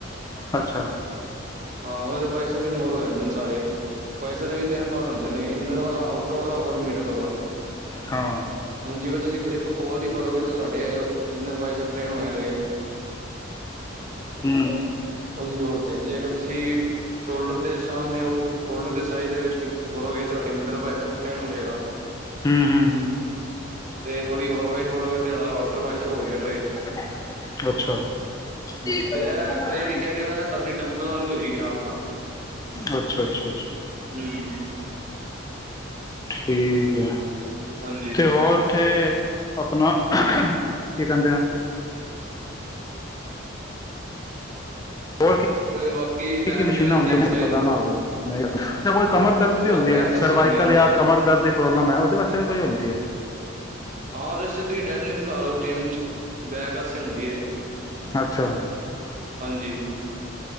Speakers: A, on the left; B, on the right.
A: ਅੱਛਾ
B: ਹਾਂ ਔ ਪੈਸੇ ਬਿਨਾ ਔ ਹੋ ਜਾਦੇ ਸਾਰੇ ਪੈਸੇ ਦੇ ਈ ਤਿੰਨ ਪਾਰਟ ਹੁੰਦੇ ਨੇ ਇਨਰ ਵਾਲਾ ਆਊਟਰ ਵਾਲਾ ਹੋਰ ਮ <unintelligible>
A: ਹਾਂ,
B: ਜਿਵੇਂ ਤੁਸੀਂ ਗ੍ਰਿਪ ਕੋਲ ਦੀ ਫੜੋਗੇ ਤੇ ਤੁਹਾਡੇ ਇੰਨਰ <unintelligible> ਹੋ ਜਾਣਗੇ।
A: ਹੂੰ।
B: ਜੀ ਟੀ ਰੋਡ ਤੇ ਜੇ ਅਗਰ ਤੁਸੀਂ ਸ਼ੋਲਡਰ ਦੇ ਸਾਹਮਣੇ ਉਹ ਸ਼ੋਲਡਰ ਦੇ ਸਾਈਜ਼ ਵਿੱਚ ਬੜੋਗੇ ਤੁਹਾਡੀ ਮਿਡਲ <unintelligible> ਟੇਨ ਹੋ ਜਾਏਗਾ।
A: ਹੂੰ-ਹੂੰ-ਹੂੰ,
B: ਤੇ ਥੋੜੀ ਹੋਰ ਨਹੀਂ <unintelligible> ਤਾਂਡਾ ਵਾਓਚਰ ਵ੍ਹਟਸਐਪ ਹੋਜੇ ਗਾ।
A: ਅੱਛਾ-ਅੱਛਾ-ਅੱਛਾ-ਅੱਛਾ।
B: ਹੂੰ ਤੇ ਇਹ ਜਿਹੜੀ ਕਹਿ ਰਹੇ ਹੋ ਇਹ ਤੁਹਾਡੀ ਡੰਬਲ ਨਾਲ ਵੀ ਹੋ ਜਾਏਗੀ ਆਰਾਮ ਨਾਲ। ਹੂੰ
A: ਠੀਕ ਹੈ
B: ਹਾਂਜੀ
A: ਤੇ ਉ ਹੋਰ ਉੱਥੇ ਆਪਣਾ ਕੀ ਕਹਿੰਦੇ ਐ ਹੋਰ ਕੀ
B: ਬਾਕੀ
A: ਕੀ
B: ਬੈਕ
A: ਕੀ ਮਸ਼ੀਨਾਂ
B: ਦੀ ਵੀ ਹੁੰਦੀ
A: ਹੁੰਦੀਆਂ
B: ਐਕਸਰਸਾਈਜ਼
A: ਪਤਾ
B: ਆ।
A: ਨਾ ਹੋਵੇ <unintelligible> ਕੋਈ ਕਮਰ ਦਰਦ
B: ਹੋਰ
A: ਵੀ ਹੁੰਦੀ
B: ਬੈਕ
A: ਹੈ
B: ਆਸੇ
A: ਸਰਵਾਈਕਲ
B: ਹੁੰਦੇ ਨੇ
A: ਜਾਂ ਕਮਰ ਦਰਦ ਦੀ। <unintelligible> ਮੈਂ ਉਹਦੇ ਵਾਸਤੇ ਵੀ ਪਈ ਹੁੰਦੀ ਏ।
B: ਹਾਂ ਵੈਸੇ ਤੁਸੀਂ ਡੈਡ ਲਿਫਟ ਲਾਦਿਓ ਜਿੰਮ ਚ। ਬੈਕ ਵਾਸਤੇ ਹੁੰਦੀ ਏ।
A: ਅੱਛਾ
B: ਹਾਂਜੀ।